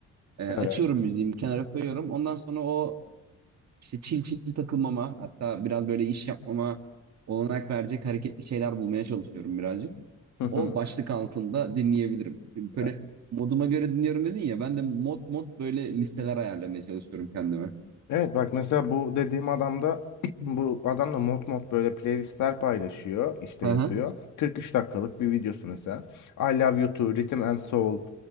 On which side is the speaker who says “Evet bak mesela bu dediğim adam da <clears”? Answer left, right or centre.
Left